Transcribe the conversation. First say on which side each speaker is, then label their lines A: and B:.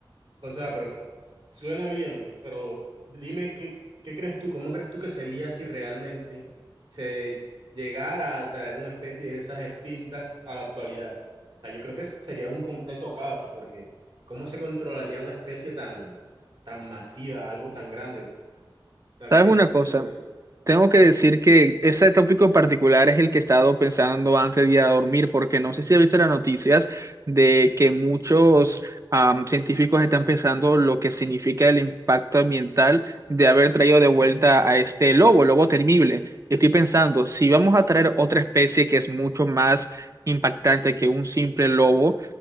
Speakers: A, on the right; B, on the right.
A: O sea, pero suena bien, pero dime qué, qué crees tú, cómo crees tú que sería si realmente se llegara a traer una especie de esas extintas a la actualidad. O sea, yo creo que sería un completo caos, porque ¿cómo se controlaría una especie tan, tan masiva, algo tan grande? O sea,
B: ¿Sabes
A: ¿qué piensas
B: una
A: tú
B: cosa?
A: sobre eso?
B: Tengo que decir que ese tópico en particular es el que he estado pensando antes de ir a dormir, porque no sé si has visto las noticias de que muchos am, científicos están pensando lo que significa el impacto ambiental de haber traído de vuelta a este lobo, el lobo temible. Y Estoy pensando, si vamos a traer otra especie que es mucho más impactante que un simple lobo,